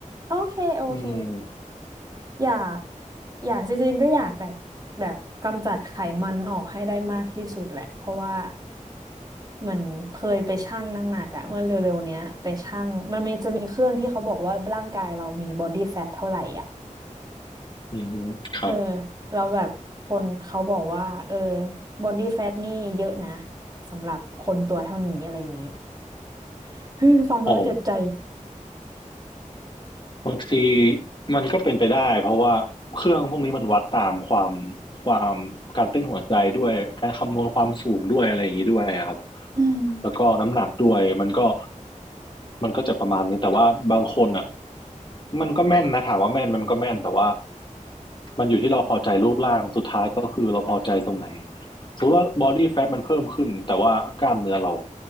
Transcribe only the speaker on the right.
โอเคโอเค
อยากอยากจริงๆก็อยากแบบแบบกำจัดไขมันออกให้ได้มากที่สุดแหละเพราะว่าเหมือนเคยไปชั่งน้ำหนักอะเมื่อเร็วๆเนี้ยไปชั่งมันมีจะมีเครื่องที่เขาบอกว่าร่างกายเรามีบอดี้แฟทเท่าไหร่อะ
เออเราแล้วแบบคนเขาบอกว่าเออบอดี้แฟทนี่เยอะนะสำหรับคนตัวเท่านี้อะไรอย่างนี้ <laughs> ฮึมฟังแล้วเจ็บใจ
อืม